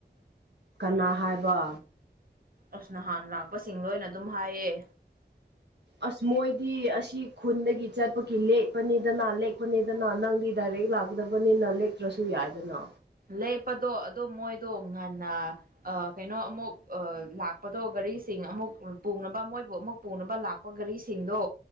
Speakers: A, on the right (about 70°); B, on the right (about 50°).
A: ꯀꯅꯥ ꯍꯥꯏꯕ
B: ꯑꯁ ꯅꯍꯥꯟ ꯂꯥꯛꯄꯁꯤꯡ ꯂꯣꯏꯅ ꯑꯗꯨꯝ ꯍꯥꯏꯌꯦ
A: ꯑꯁ ꯃꯣꯏꯗꯤ ꯑꯁꯤ ꯈꯨꯟꯗꯒꯤ ꯆꯠꯄꯒꯤ ꯂꯦꯛꯄꯅꯤꯗꯅ ꯂꯦꯛꯄꯅꯤꯗꯅ ꯅꯪꯗꯤ ꯗꯥꯏꯔꯦꯛ ꯂꯦꯛ ꯂꯥꯛꯀꯗꯕꯅꯤꯅ ꯂꯦꯛꯇ꯭ꯔꯁꯨ ꯌꯥꯏꯗꯅ
B: ꯂꯦꯞꯄꯗꯣ ꯑꯗꯣ ꯃꯣꯏꯗꯣ ꯉꯟꯅ ꯀꯩꯅꯣ ꯑꯃꯨꯛ ꯂꯥꯛꯄꯗꯣ ꯘꯔꯤꯁꯦ ꯑꯃꯨꯛ ꯄꯨꯅꯕ ꯃꯣꯏꯕꯨ ꯑꯃꯨꯛ ꯄꯨꯅꯕ ꯂꯥꯛꯄ ꯒꯥꯔꯤꯁꯤꯡꯗꯣ